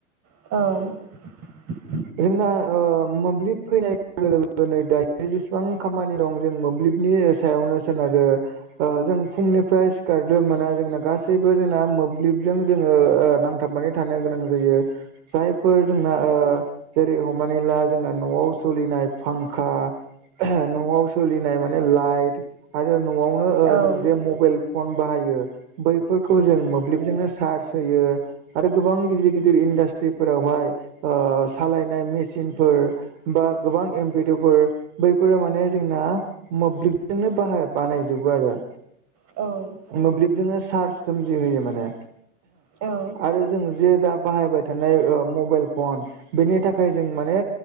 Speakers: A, on the right; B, on the right.
A: औ
B: जोंना ओ मोब्लिब फैनाय <unintelligible> दायो जेसेबां खामानि दं जों मोब्लिबनि सायावनो सोनारो। ओ जों फुंनिफ्राय सिखारग्रो मोना जोंना गासैबो जोंना मोब्लिबजों जोङो ओ ओ नांथाबनानै थानो गोनां जायो जायफोर जोंना ओ जेरै हमनानै ला जोंना न'आव सलिनाय फांखा न'आव सोलिनाय माने लाइट आरो न'आव ओ ओ
A: औ
B: जों जे मबायल फन बाहायो बैफोरखौ जों मोब्लिबजोंनो सारस थैयो आरो गोबां गिदिर गिदिर इन्डास्ट्रिफोरावहाय ओ सालायनाय मेचिनफोर बा गोबां एमपिड' फोर बैफोरो माने जोंना मोब्लिबजोंनो बाहा बानायजोबो आरो।
A: औ।
B: मोब्लिबजोंनो चार्ज खोमजि होयो माने।
A: औ
B: आरो जों जे दा बाहायबाय थानाय ओ मबेइल फन बेनि थाखाय जों माने